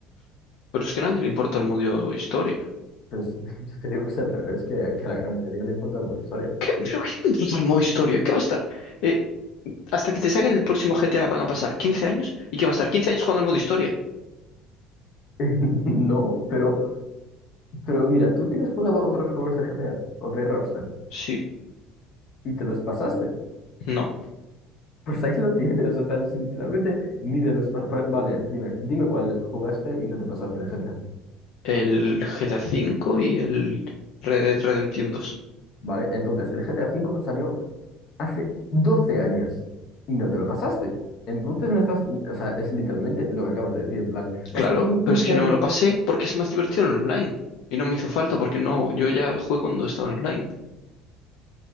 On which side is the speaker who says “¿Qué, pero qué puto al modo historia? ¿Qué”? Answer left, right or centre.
Left